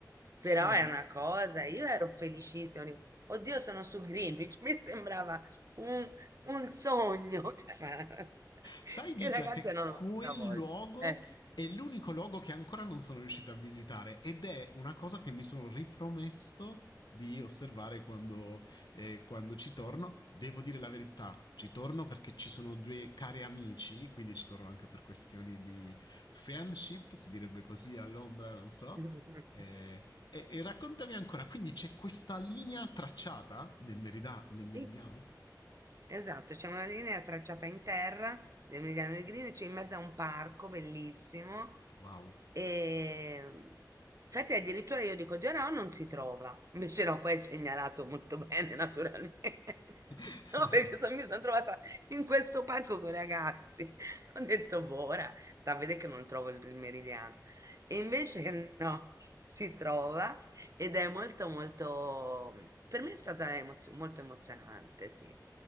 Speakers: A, on the right; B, on the left.
A: Però
B: sì,
A: è una cosa, io ero felicissima, dico, oddio, sono su Greenwich, mi sembrava un, un sogno, <laughs> cioè,
B: Sai, Dicla,
A: i ragazzi
B: che
A: erano
B: quel
A: stravolti.
B: luogo
A: eh.
B: è l'unico luogo che ancora non sono riuscito a visitare ed è una cosa che mi sono ripromesso di osservare quando, eh, quando ci torno. Devo dire la verità, ci torno perché ci sono due cari amici, quindi ci torno anche per questioni di friendship, si direbbe così a Londra, non so.
A: <laughs>
B: Eh, e, e raccontami ancora, quindi c'è questa linea tracciata nel, merida- nel meridiano?
A: Sì, Esatto, c'è una linea tracciata in terra del Meridiano Negrino, c'è in mezzo a un parco bellissimo
B: Wow.
A: e, infatti addirittura io dico Dio no, non si trova. Invece no, poi è segnalato molto bene, <laughs> naturalmente. <laughs>
B: <laughs>
A: No, perché so- mi sono trovata in questo parco con i ragazzi. <laughs> Ho detto, boh, ora sta a vedere che non trovo il, il meridiano. E invece <laughs> no, si trova ed è molto, molto... Per me è stata emozio- molto emozionante, sì.